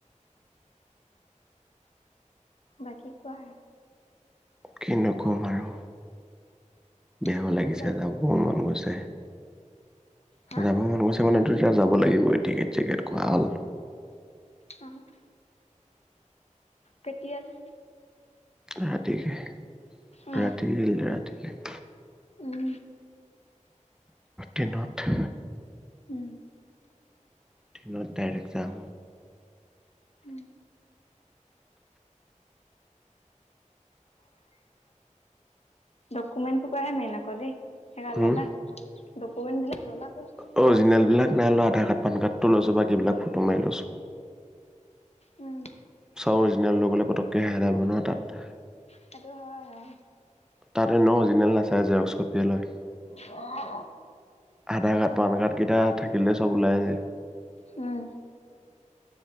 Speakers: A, on the left; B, in the centre.
A: বাকী কোৱা?
B: কিনো ক'ম আৰু, বেয়াও
A: কি
B: লাগিছে,
A: দুখ
B: যাবও মন গৈছে।
A: হা
B: যাব মন গৈছে মানেতো এতিয়া যাব লাগিবই টিকেট চিকেট কৰা হ'ল।
A: অ'। কেতিয়ালে?
B: ৰাতিকে,
A: অ
B: ৰাতি দিল ৰাতিলে।
A: উম।
B: ট্ৰেইনত।
A: উম।
B: দিনত ডাইৰেক্ট যাম।
A: উম ডকুমেণ্ট সোপাহে মেইন আকৌ দেই, সেইকাৰ
B: উম
A: ল'লা ডকুমেন্টবিলাক ল'লা বোলো?
B: অৰিজিনেল বিলাক নাই লোৱা, আধাৰ কাৰ্ড, পান কাৰ্ডটো লৈছোঁ, বাকিবিলাক ফটো মাৰি লৈছোঁ।
A: উম।
B: চব অৰিজিনেল লৈ গ'লে পতকে হেৰাব নহ তাত।
A: সেইটো হয়, অ'।
B: তাত এনেও অৰিজিনেল নাচায়, জেৰক্স কপিয়ে লয়।
A: অ'।
B: আধাৰ কাৰ্ড, পান কাৰ্ড কেইটা থাকিলে চব ওলাই যায়।
A: উম।